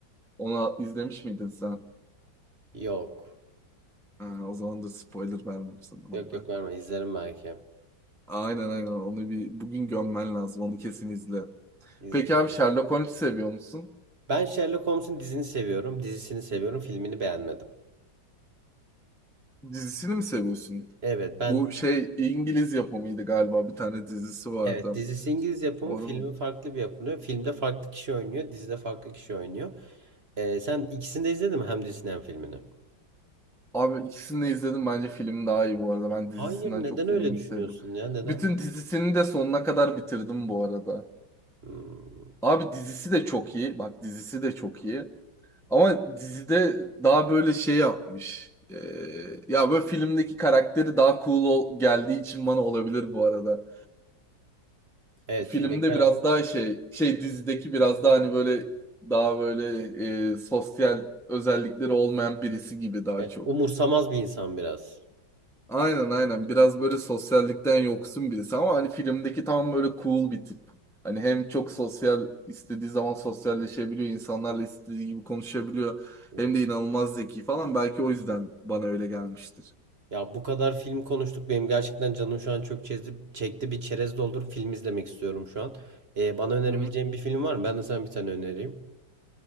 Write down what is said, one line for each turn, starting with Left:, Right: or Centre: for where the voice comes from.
Centre: Onu izlemiş miydin sen?
Right: Yok.
Centre: Ha, o zaman da spoiler vermeyeyim sana onu
Right: Yok
Centre: da.
Right: yok verme. İzlerim belki.
Centre: Aynen aynen onu bir bugün gömmen lazım onu kesin izle.
Right: İzle.
Centre: Peki abi Sherlock Holmes seviyor musun?
Right: Ben Sherlock Holmes'un dizini seviyorum, dizisini seviyorum, filmini beğenmedim.
Centre: Dizisini mi seviyorsun?
Right: Evet, ben
Centre: Bu şey İngiliz yapımıydı galiba bir tane dizisi vardı.
Right: evet dizisi İngiliz yapımı,
Centre: Onu
Right: filmi
Centre: mu?
Right: farklı bir yapımı. Filmde farklı kişi oynuyor, dizide farklı kişi oynuyor. Ee, sen ikisini de izledin mi? Hem dizisini hem filmini.
Centre: Abi ikisini de izledim bence film daha iyi bu arada. Ben
Right: Hayır,
Centre: dizisinden
Right: neden
Centre: çok
Right: öyle
Centre: filmini
Right: düşünüyorsun
Centre: sevdim.
Right: ya? Neden?
Centre: Bütün dizisini de sonuna kadar bitirdim bu arada.
Right: Hmm.
Centre: Abi dizisi de çok iyi. Bak dizisi de çok iyi. Ama dizide daha böyle şey yapmış. Ee, ya böyle filmdeki karakteri daha cool ol- geldiği için bana olabilir bu arada.
Right: Evet,
Centre: Filmde
Right: filmdeki karakter
Centre: biraz daha şey, şey dizideki biraz daha hani böyle daha böyle e, sosyal özellikleri olmayan birisi gibi daha
Right: evet,
Centre: çok.
Right: umursamaz bir insan biraz.
Centre: Aynen aynen. Biraz böyle sosyallikten yoksun birisi ama hani filmdeki tam böyle cool bir tip. Hani hem çok sosyal istediği zaman sosyalleşebiliyor, insanlarla istediği gibi konuşabiliyor.
Right: <laughs>
Centre: Hem de inanılmaz zeki falan. Belki o yüzden bana öyle gelmiştir.
Right: Ya bu kadar film konuştuk. Benim gerçekten canım şu an çok çekti. Çekti bir çerez doldurup film izlemek istiyorum şu an. Ee, bana önerebileceğin
Centre: Hı. hı.
Right: bir film var mı? Ben de sana bir tane önereyim.